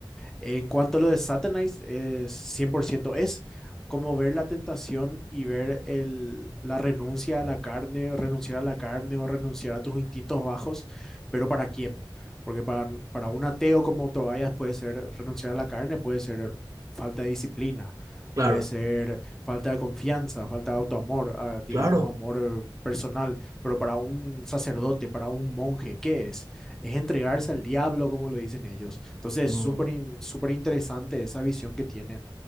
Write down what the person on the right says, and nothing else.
claro,
claro.
Mm.